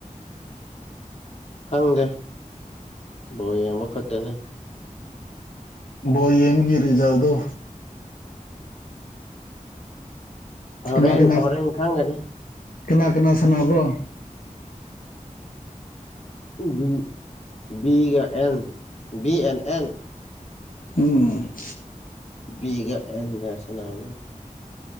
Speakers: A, on the left; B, on the left.
A: ꯈꯪꯗꯦ ꯕꯣꯜ ꯌꯦꯡꯕ ꯈꯠꯇꯅꯦ
B: ꯕꯣꯜ ꯌꯦꯡꯕꯒꯤ ꯔꯤꯖꯜꯗꯣ
A: ꯍꯣꯔꯦꯟ
B: ꯀꯅꯥ ꯀꯅꯥ
A: ꯍꯣꯔꯦꯟ ꯈꯪꯒꯅꯤ
B: ꯀꯅꯥ ꯀꯅꯥ ꯁꯥꯟꯅꯕ꯭ꯔꯣ
A: ꯕꯤ ꯕꯤꯒ ꯑꯦꯜ ꯕꯤ ꯑꯦꯟ ꯑꯦꯟ
B: ꯎꯝ
A: ꯕꯤꯒ ꯑꯦꯟꯒ ꯁꯥꯅꯕꯅꯦ